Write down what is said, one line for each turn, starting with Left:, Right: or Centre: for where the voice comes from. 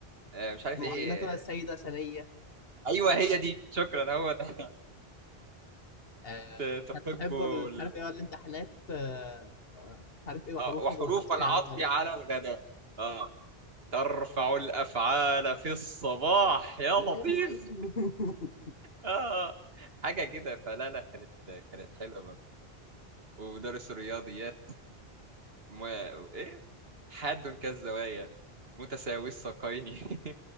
Right: آه، مش عارف
Left: معلماتنا
Right: ايه
Left: السيده ثانيه
Right: ايوه هي دي شكرا هو ده
Left: آه،
Right: ت- تحب
Left: هل تحب ال- مش
Right: ال...
Left: عارف ايه الامتحانات آه، آه، مش عارف ايه وحروف
Right: آه، وحروف
Left: العطف
Right: العطف
Left: على الغداء
Right: على الغداء اه ترفع الافعال في الصباح يا لطيف
Left: يا معين <laughs>
Right: اه حاجة كده فلا لا كانت كانت حلوة برضه ومدرس الرياضيات م... ايه حاد كالزوايا متساوي الساقين <laughs>